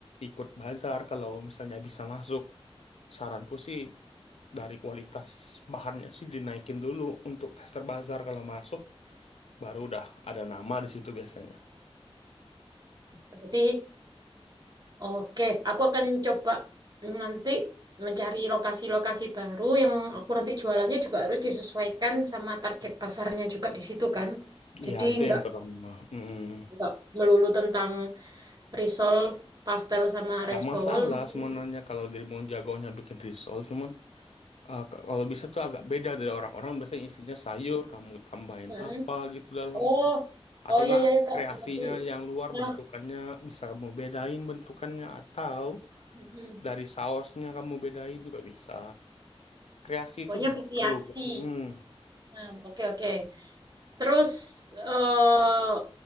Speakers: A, on the left; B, on the right.
A: ikut bazar kalau misalnya bisa masuk. Saranku sih dari kualitas bahannya sih dinaikin dulu untuk tester bazar kalau masuk baru udah ada nama di situ biasanya.
B: Berarti Oke, aku akan coba nanti mencari lokasi-lokasi baru yang aku nanti jualannya juga harus disesuaikan sama target pasarnya juga di situ kan. Jadi
A: Ya itu
B: nggak
A: yang pertama. Mm.
B: nggak melulu tentang risol, pastel sama rice
A: Gak masalah
B: bowl mungkin.
A: sebenarnya kalau dirimu jagonya bikin risol cuman eh, k- kalau bisa tuh agak beda dari orang-orang biasanya isinya sayur kamu tambahin
B: Mm.
A: apa gitu dalamnya
B: Oh,
A: atau
B: oh ya
A: enggak
B: ya ya Kak,
A: kreasinya
B: berarti.
A: yang luar
B: Nah,
A: bentukannya bisa kamu bedain bentukannya atau
B: mm,
A: dari sausnya kamu bedain juga bisa kreasi
B: pokoknya
A: itu
B: variasi.
A: perlu Hmm.
B: Nah, oke oke. Terus eh